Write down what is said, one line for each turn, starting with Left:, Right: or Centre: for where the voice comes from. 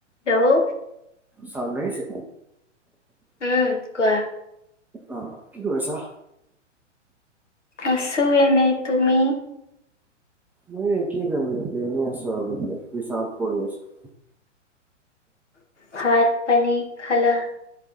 Left: Hello!
Centre: চাউণ্ড আহিছে?
Left: উম কোৱা।
Centre: অ' কি কৰিছা?
Left: আছোঁ এনে। তুমি?
Centre: মই কি কৰিম আৰু এতিয়া এনে আছোঁ আৰু বহি পেলাই, হিচাপ কৰি আছোঁ।
Left: ভাত, পানী খালা?